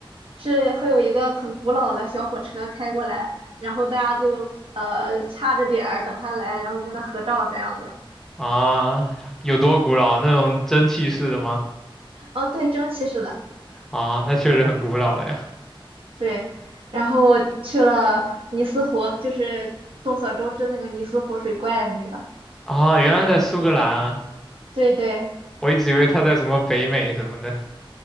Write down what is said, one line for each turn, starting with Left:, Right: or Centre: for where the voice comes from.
Right: 是会有一个很古老的小火车开过来，然后大家就呃掐着点儿等他来，然后跟他合照这样子。
Centre: 啊，有多古老？那种蒸汽式的吗？
Right: 嗯，对，蒸汽式的，
Centre: 啊，那确实很古老了呀。
Right: 对。然后去了尼斯湖，就是众所周知那个尼斯湖水怪的那个。
Centre: 啊，原来在苏格兰啊，
Right: 对对，
Centre: 我一直以为它在什么北美什么的，